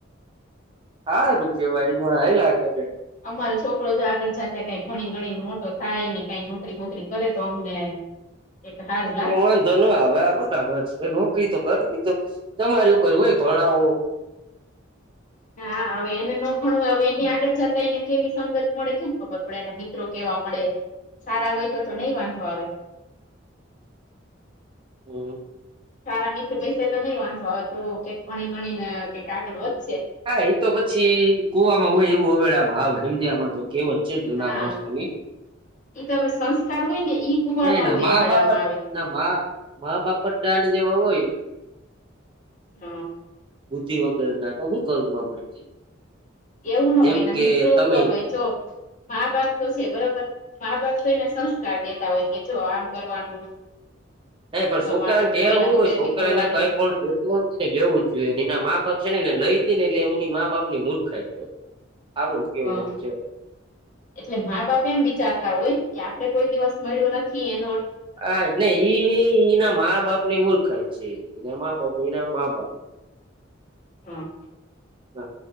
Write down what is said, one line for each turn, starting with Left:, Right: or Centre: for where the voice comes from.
Right: હારૂ કેવાઈ મા આવયા તમે.
Left: અમારો છોકરો જો આગળ જાતે કઈ ભણી ગણી ને મોટો થાય ને કઈ નોકરી વોકરી કરે તો અમને એક હારું.
Right: વાંધો ન આવે આ બરાબર છે નોકરી તો કરવી તો તમારી ઉપર હોય ભણાવો
Left: હા હવે એને ન ભાણવું હવે એની આગળ જતા એને કેવી સંગત મળે કેમ ખબર પડે એના મિ ત્રો કેવા મળે સારા હોય તો તો નહી વાંધો આવે.
Right: હમ.
Left: સારા મિત્રો વિશે તો નહી વાંંધો આવે તો કઈક ભણી ગણી ને કઈક આગળ વધશે.
Right: હા એ તો પછી કુવામાં હોય એવું હવેળામાં આવે હમજ્યા આમાં તો. કેવત છે જુના
Left: હા
Right: માણસો ની.
Left: ઈ તો હવે સંસ્કાર હોય ને. ઈ કુવામાં
Right: તો એના
Left: હોય
Right: મા
Left: અવેડામાં
Right: -બાપત
Left: આવે
Right: મા મા- બાપત દાંડ જેવા હોય.
Left: હા.
Right: બુદ્ધિ વગર ના તો હું કરવું આપડે.
Left: એવું ના
Right: જેમ
Left: હોયને
Right: કે
Left: મિત્રો
Right: તમે
Left: ઉપર હોય તો. મા બાપ તો છે બરોબર મા બાપ તો એને સંસ્કાર દેતા હોય કે જો આમ કરવાનું.
Right: નહી પણ
Left: કરવાનું
Right: છોકરાને ટેવ
Left: કોઈને
Right: હું
Left: ઉચેથી
Right: હોય છોકરા
Left: બોલવાનું
Right: ને કઈ પણ એ આમને લેવું જ જોયએ એના મા બાપ છે ને એને લઈ દ ને એટલે એમની મા બાપ ની નૂર્ખાઈ કેવાય. આપડુ કેવું
Left: હા,
Right: જ.
Left: એટલે મા બાપ એમ વિચારતા હોય કે આપડે કોઈ દિવસ મળ્યો નથી એનો
Right: હા ને ઈ એના મા બાપ ની મૂર્ખાય છે એના મા બાપ ને એના મા બાપ.
Left: હા.
Right: હા